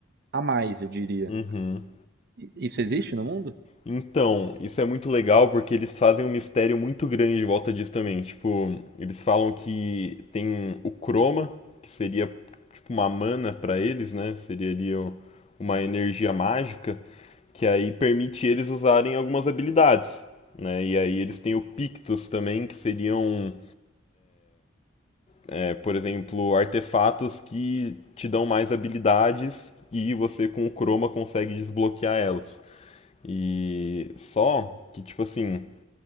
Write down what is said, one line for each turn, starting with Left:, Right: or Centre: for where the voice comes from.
Right: a mais, eu diria.
Left: uhum.
Right: Isso existe no mundo?
Left: Então, isso é muito legal porque eles fazem um mistério muito grande em volta disso também. Tipo, eles falam que tem o Chroma, que seria tipo uma mana pra eles, né? Seria ali o- uma energia mágica que aí permite eles usarem algumas habilidades, né? E aí eles têm o Pictus também, que seriam, é, por exemplo, artefatos que te dão mais habilidades e você com o Chroma consegue desbloquear elas. E só que tipo assim,